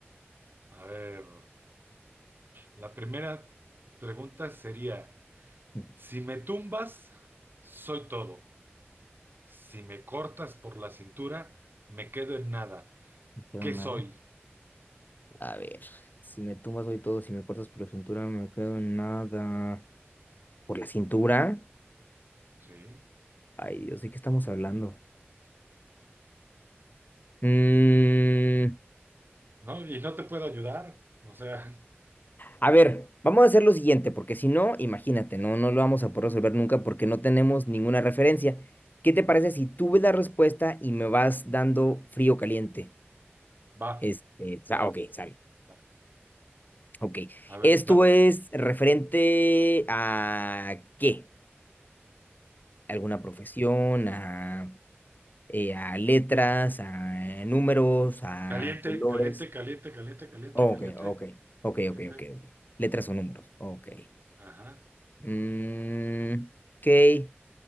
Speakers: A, on the right; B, on the left.
A: a ver, la primera pregunta sería,
B: <laughs>
A: si me tumbas, soy todo, si me cortas por la cintura, me quedo en nada,
B: No queda
A: ¿qué
B: nada.
A: soy?
B: A ver, si me tumbas hoy todo, si me cortas por la cintura, no me quedo en nada. ¿Por la cintura?
A: Sí,
B: Ay, Dios, ¿de qué estamos hablando? Mm,
A: ¿no? Y no te puedo ayudar, o sea,
B: a ver, vamos a hacer lo siguiente, porque si no, imagínate, no, no lo vamos a poder resolver nunca porque no tenemos ninguna referencia. ¿Qué te parece si tú ves la respuesta y me vas dando frío o caliente?
A: <laughs> va,
B: Este, sa-
A: va,
B: ok, sale.
A: va,
B: Ok.
A: a ver,
B: ¿Esto
A: va,
B: es referente a qué? ¿Alguna profesión? ¿A...? eh, a letras, a números, a
A: caliente,
B: colores.
A: caliente, caliente, caliente, caliente,
B: Oh,
A: caliente.
B: Ok, ok, ok,
A: Caliente,
B: ok, ok, ok. Letras o números. Ok.
A: ajá.
B: Mm, ok. Eh,